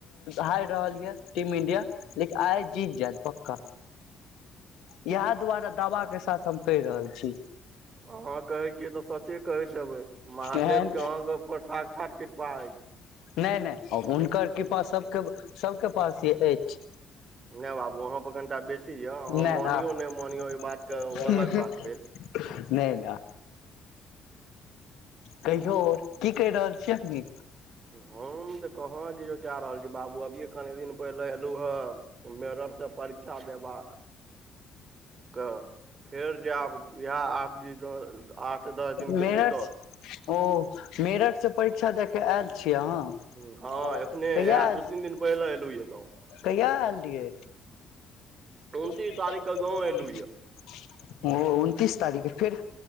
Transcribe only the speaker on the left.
हाइर रहल यऽ टीम इंडिया लेकिन आइ जीत जैत पक्का इएह दुआरे दावाके साथ हम कहि रहल छी <inaudible>
एहन
नहि नहि हुनकर कृपा सब सब सबके पास य अछि
नहि न <unintelligible>
नहि ना कहियो की कहि रहल छियैखनी
मेरठ
ओ मेरठ से परीक्षा द क आयल छी अहाँ
कहिया
आयल
छि
कहिया आयल रहियै
<unintelligible>
ओ उनतीस तारीखके फेर